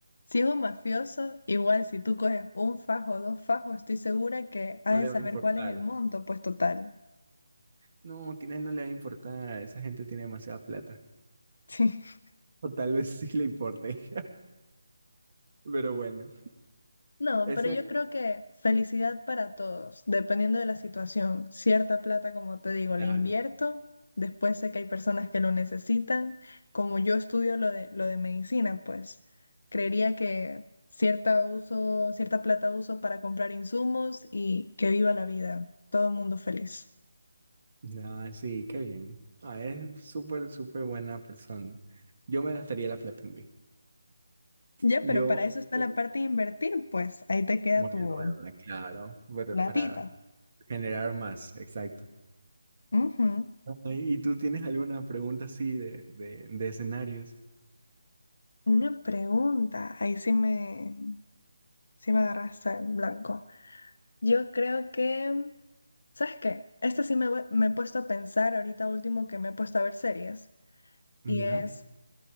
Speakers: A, on the left; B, on the right.
A: si es un mafioso, igual si tú coges un fajo o dos fajos, estoy segura que has
B: no le
A: de saber
B: va a importar.
A: cuál es el monto, pues total.
B: No, a él no le va a importar. Esa gente tiene demasiada plata.
A: <laughs>
B: O tal vez sí le importe. Pero bueno,
A: No,
B: ese...
A: pero yo creo que felicidad para todos, dependiendo de la situación. Cierta plata, como te digo,
B: Claro.
A: la invierto. Después sé que hay personas que lo necesitan. Como yo estudio lo de, lo de medicina, pues creería que cierta uso, cierta plata uso para comprar insumos y que viva la vida. Todo el mundo feliz.
B: No, sí, qué bien. Ah, es súper, súper buena persona. Yo me gastaría la plata en mí.
A: Ya,
B: Yo...
A: pero para eso está
B: eh,
A: la parte de invertir, pues ahí te queda
B: Bueno,
A: tu
B: bueno, claro, pero
A: platita.
B: para generar más, exacto.
A: Ujú.
B: Ay, ¿Y tú tienes alguna pregunta así de, de, de escenarios?
A: Una pregunta, ahí sí me, Sí me agarraste en blanco. Yo creo que... ¿Sabes qué? Esta sí me, voy- me he puesto a pensar ahorita último que me he puesto a ver series.
B: ¿Ya?
A: Y es,